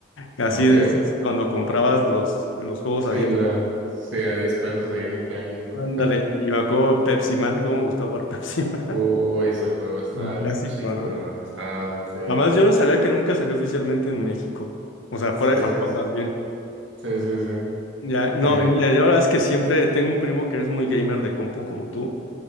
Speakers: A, on the left; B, on the right.
A: Así
B: Ok.
A: de esos, cuando comprabas los, los juegos
B: Sí,
A: a diez
B: la, sí, a 10 pesos ahí en el tianguis, no
A: Ándale, y me acuerdo Pepsi Man, cómo me gustaba jugar Pepsi Man.
B: Uh, ese juego estaba
A: <laughs> Un clásico,
B: bien chido.
A: ¿no?
B: Estaba, sí,
A: Además, yo no sabía que nunca salió oficialmente en México. O sea, fuera
B: sí,
A: de Japón
B: sí,
A: más bien.
B: sí, sí, sí, sí.
A: Ya, no,
B: sí.
A: y mira, yo la verdad es que siempre tengo un primo que es muy gamer de compu como tú.